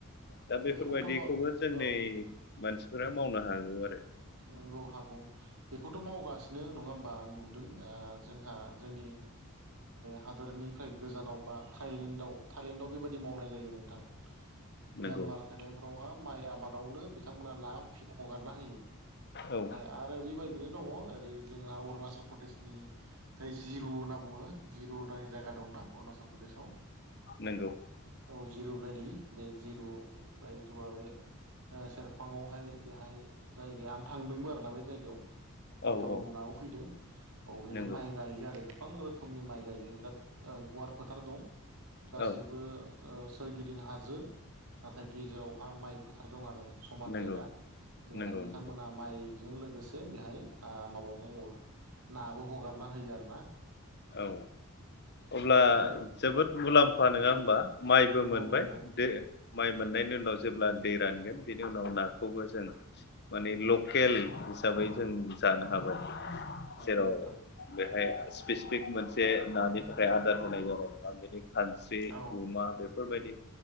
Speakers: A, on the left; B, on the right.
A: दा बेफोरबायदिखौबो
B: बेखौथ' औ
A: जोंनि मानसिफोरा मावनो हागौ आरो
B: औ नांगौ हागौ बेखौथ' मावगासिनो नङा होमबा आं नुदों जोंहा जोंनि हादोरनिफ्राय गोजानाव बा थाइलेण्डआव थाइलेण्डआव बेबायाददि मावनाय जायो नोंथां
A: नंगौ
B: म्यानमार थायलेण्डफ्रावहा माइ आबादावनो बिथांमोनहा ना हगारना होयो
A: औ
B: ओमफ्राय आरो बेबायदिनो दङो ओरै जोंहा अरुणाचल प्रदेशनि जाय जिरु होनना बुंङो जिरु दानि जायगा दंना अरुणाचल प्रदेशआव
A: नंगौ
B: औ जिरु भेलि बे जिरु बथुआ बे सेरफाङावहाय बेहाय जायगाया आं थांदोंबो दा बे जायगायाव
A: औ
B: गाव
A: औ
B: नुनानै फैदों अ बेहाय
A: नंगौ
B: माइ गायो आरो गोबां रोखोमनि माइ गायोरा गुवार फोथार दं गासैबो
A: औ
B: सोरगिदिं हाजो नाथाय गेजेरावहा माइ फोथार दं आरो समान
A: नंगौ
B: जायगा बेहाय
A: नंगौ
B: बिथांमोना
A: नंगौ
B: माइ बे जों लोगोसे बेहाय माबा मावबावो नाबो हगारना होयो आरोना
A: औ अब्ला
B: होयो
A: जोबोद
B: नंगौ
A: मुलाम्फा नङा होमबा माइबो
B: नंगौ
A: मोनबाय
B: नंगौ
A: जे माइ मोननायनि उनाव जेब्ला दै रानगोन बेनि उनाव नाखौबो जों माने लकेल हिसाबै जों जानो हाबाय जेराव
B: आं बुंनो थां
A: बेहाय स्पेसिफिक मोनसे नानि थाखाय आदार होनाय जानाय नंङा बेनि खानस्रि
B: औ
A: गमा बेफोरबायदि